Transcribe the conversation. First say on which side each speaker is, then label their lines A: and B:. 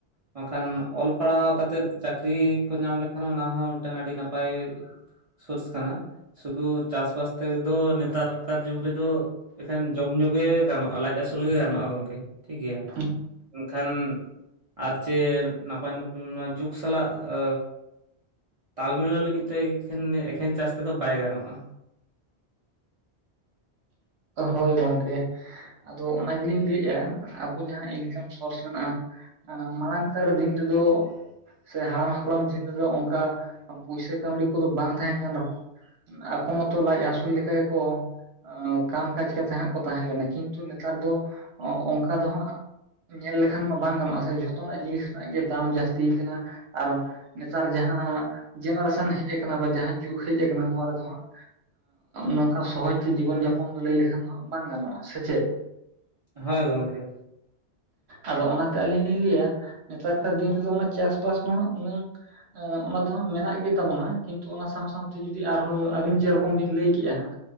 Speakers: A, on the right; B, on the right.
A: ᱵᱟᱝᱠᱷᱟᱱ ᱚᱞ ᱯᱟᱲᱦᱟᱣ ᱠᱟᱛᱮᱫ ᱪᱟᱹᱠᱨᱤ ᱠᱚ ᱧᱟᱢ ᱞᱮᱠᱷᱟᱱ ᱚᱱᱟ ᱦᱚᱸ ᱢᱤᱜᱴᱟᱝ ᱟᱹᱰᱤ ᱱᱟᱯᱟᱭ ᱥᱳᱨᱥ ᱠᱟᱱᱟ᱾ ᱥᱩᱫᱩ ᱪᱟᱥᱼᱵᱟᱥ ᱛᱮᱫᱚ ᱱᱮᱛᱟᱨ ᱠᱟᱨ ᱡᱩᱜᱽ ᱨᱮᱫᱚ ᱮᱠᱷᱮᱱ ᱡᱚᱢ ᱧᱩ ᱜᱮ ᱜᱟᱱᱚᱜᱼᱟ ᱞᱟᱡ ᱟᱥᱩᱞ ᱜᱮ ᱜᱟᱱᱚᱜᱼᱟ ᱜᱚᱢᱠᱮ ᱴᱷᱤᱠ ᱜᱮᱭᱟ᱾
B: ᱠᱚᱜᱼᱟ
A: ᱮᱱᱠᱷᱟᱱ ᱟᱨ ᱪᱮ ᱱᱟᱯᱟᱭ ᱱᱟᱯᱟᱭ ᱱᱚᱣᱟ ᱡᱩᱜᱽ ᱥᱟᱞᱟᱜ ᱮ ᱛᱟᱞ ᱢᱤᱞᱟᱹᱣ ᱞᱟᱹᱜᱤᱜ ᱛᱮ ᱮᱠᱷᱮᱱ ᱮᱠᱷᱮᱱ ᱪᱟᱥ ᱛᱮᱫᱚ ᱵᱟᱭ ᱜᱟᱱᱚᱜᱼᱟ᱾
B: ᱦᱳᱭ ᱜᱚᱝᱠᱮ ᱟᱫᱚ ᱚᱱᱟ ᱜᱮᱞᱤᱧ ᱞᱟᱹᱮᱼᱟ ᱟᱵᱚ ᱡᱟᱦᱟᱸ ᱤᱱᱠᱟᱢ ᱥᱳᱨᱥ ᱢᱮᱱᱟᱜᱼᱟ ᱮᱸ ᱢᱟᱲᱟᱝᱠᱟᱨ ᱫᱤᱱ ᱨᱮᱫᱚ ᱥᱮ ᱦᱟᱲᱟᱢ ᱦᱟᱯᱲᱟᱢ ᱫᱤᱱ ᱨᱮᱫᱚ ᱚᱱᱠᱟ ᱯᱩᱭᱥᱟ ᱠᱟᱹᱣᱰᱤ ᱠᱚᱫᱚ ᱵᱟᱝ ᱛᱟᱦᱮᱸ ᱠᱟᱱ ᱨᱮᱦᱚᱸ᱾ ᱟᱠᱚ ᱢᱚᱛᱚ ᱞᱟᱡ ᱟᱹᱥᱩᱞ ᱞᱮᱠᱟ ᱜᱮᱠᱚ ᱟᱸ ᱠᱟᱢ ᱠᱟᱡ ᱠᱟᱛᱮᱜ ᱦᱟᱸᱜ ᱠᱚ ᱛᱟᱦᱮᱸ ᱞᱮᱱᱟ ᱠᱤᱱᱛᱩ ᱱᱮᱛᱟᱨ ᱫᱚ ᱚᱱᱠᱟ ᱫᱚ ᱦᱟᱸᱜ ᱧᱮᱞ ᱞᱮᱠᱷᱟᱱ ᱢᱟ ᱵᱟᱝ ᱜᱟᱱᱚᱜ-ᱟ ᱥᱮ ᱡᱷᱚᱛᱚᱱᱟᱜ ᱡᱤᱱᱤᱥ ᱨᱮᱱᱟᱜ ᱜᱮ ᱫᱟᱢ ᱡᱟᱹᱥᱛᱤ ᱠᱟᱱᱟ᱾ ᱟᱨ ᱱᱮᱛᱟᱨ ᱡᱟᱦᱟᱸ ᱡᱮᱱᱟᱨᱮᱥᱚᱱ ᱦᱮᱡ ᱠᱟᱱᱟ ᱵᱟ ᱡᱟᱦᱟᱸ ᱡᱩᱜᱽ ᱦᱮᱡ ᱠᱟᱱᱟ ᱱᱚᱣᱟ ᱨᱮᱫᱚ ᱦᱟᱸᱜ, ᱱᱚᱝᱠᱟ ᱥᱚᱦᱚᱡ ᱛᱮ ᱡᱤᱵᱚᱱ ᱡᱟᱯᱚᱱ ᱫᱚ ᱞᱟᱹᱭ ᱞᱮᱠᱷᱟᱱ ᱫᱚ ᱦᱟᱸᱜ ᱵᱟᱝ ᱜᱟᱱᱚᱜ-ᱟ ᱥᱮ ᱪᱮᱫ᱾
A: ᱦᱳᱭ ᱜᱚᱢᱠᱮ,
B: ᱟᱫᱚ ᱚᱱᱟᱛᱮ ᱟᱹᱞᱤᱧ ᱞᱤᱧ ᱞᱟᱹᱭᱟ ᱱᱮᱛᱟᱨᱠᱟᱨ ᱫᱤᱱ ᱨᱮᱫᱚ ᱚᱱᱟ ᱪᱟᱥᱵᱟᱥ ᱫᱚ ᱦᱟᱸᱜ ᱩᱱᱟᱹᱝ ᱚᱱᱟ ᱫᱚ ᱦᱟᱸᱜ ᱢᱮᱱᱟᱜ ᱜᱮᱛᱟ ᱵᱚᱱᱟ ᱠᱤᱱᱛᱩ ᱚᱱᱟ ᱥᱟᱶ ᱥᱟᱶᱛᱮ ᱡᱩᱫᱤ ᱟᱨᱦᱚᱸ ᱟᱹᱵᱤᱱ ᱡᱮᱨᱚᱠᱚᱢ ᱵᱤᱱ ᱞᱟᱹᱭ ᱠᱮᱜ-ᱟ ᱦᱟᱸᱜ,